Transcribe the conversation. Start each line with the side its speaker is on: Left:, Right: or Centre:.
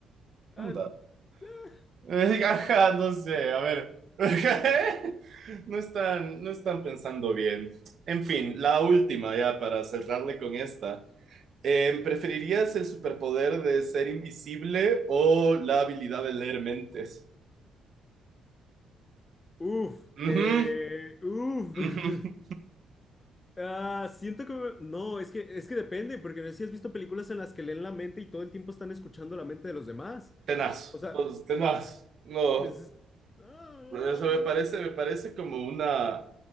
Left: Ah,
Right: Anda.
Left: <laughs> eh.
Right: Eh, Ajá, no sé, a ver. <laughs> No están, no están pensando bien. En fin, la última ya para cerrarle con esta. Eh, ¿preferirías el superpoder de ser invisible o la habilidad de leer mentes?
Left: Uf,
Right: Ujú,
Left: eh, uf. <laughs>
Right: ujú.
Left: Ah, siento que... me- No, es que, es que depende, porque no sé si has visto películas en las que leen la mente y todo el tiempo están escuchando la mente de los demás.
Right: Tenaz,
Left: O sea,
Right: pues, tenaz. No,
Left: es- ah,
Right: eso me parece, me parece como una...